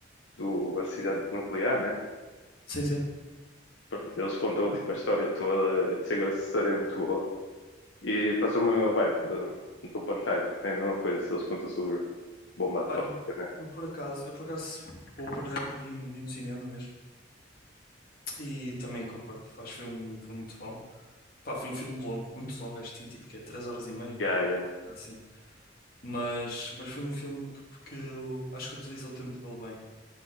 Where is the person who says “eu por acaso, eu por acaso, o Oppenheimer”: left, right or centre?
Left